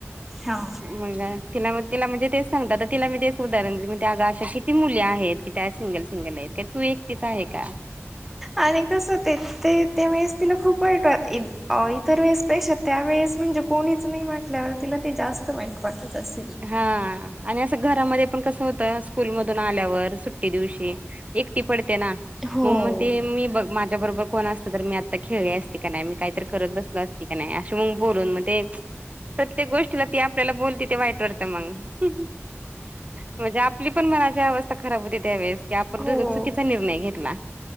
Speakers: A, in the centre; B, on the right.
A: हा.
B: मग तिला म तिला म्हणजे तेच सांगतात तर तिला मी तेच उदाहरण देत ते अग अशी अशी किती मुली आहेत कि त्या सिंगल सिंगल आहेत का तू एकटीच आहे का.
A: आणि कस ते ते ते वेळेज तिला खूप वाट इतर वेळेस पेक्षा त्या वेळेस. म्हणजे कोणीच नाही वाटल्यावर तिला ते जास्त वाईट वाटत अस.
B: हा आणि असं घरामध्ये पण कस होत स्कूल मधून आल्यावर सु दिवशी एकटी पडते ना
A: हो
B: मग म ते मी बघ माझ्या बरोबर कोण असत तर मी आता खेळले नाही मी काहीत करत बसलो असती का नाही अस मग बोलून मग ते प्रत्येक गोष्टीला ती ब ते वाईट वात मग म्हणजे आपली पण मना अवस ता खराब होती त्या वेळेस की आपण
A: हो
B: चुकीचा निर्णय घेतला